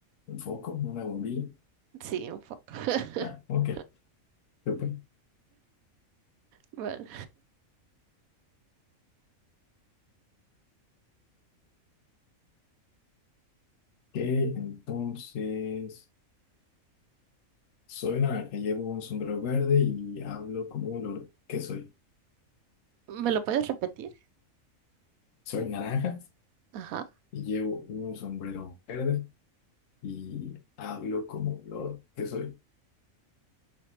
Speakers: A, on the left; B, on the right.
A: un foco, una bombilla.
B: Sí, un poco. <laughs>
A: Ah, ok. Yo, pues,
B: Bueno.
A: que entonces soy naranja, llevo un sombrero verde y hablo como un loro. ¿Qué soy?
B: ¿Me lo puedes repetir?
A: Soy naranja
B: Ajá.
A: y llevo un sombrero verde y hablo como un loro. ¿Qué soy?